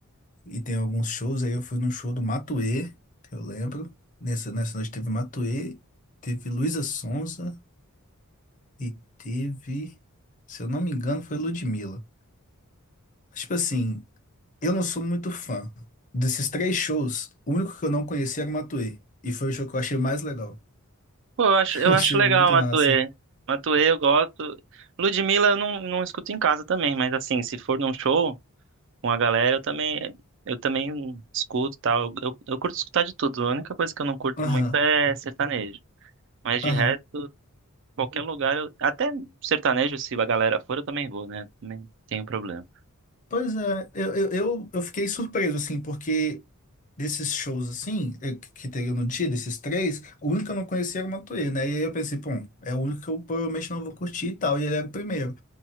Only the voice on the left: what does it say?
E tem alguns shows, aí eu fui num show do Matuê, que eu lembro. Nessa, nessa noite teve Matuê, teve Luísa Sonza e teve, se eu não me engano, foi Ludmilla. Tipo assim, eu não sou muito fã. Desses três shows, o único que eu não conhecia era o Matuê. E foi o show que eu achei mais legal.
<laughs>
Eu achei
muito
massa.
Aham,
aham.
Pois é, eu, eu, eu eu fiquei surpreso, assim, porque desses shows, assim, eh, que que teria no dia, desses três, o único que eu não conhecia era o Matuê, né? E aí eu pensei, pô, é o único que eu provavelmente não vou curtir e tal, e ele era o primeiro.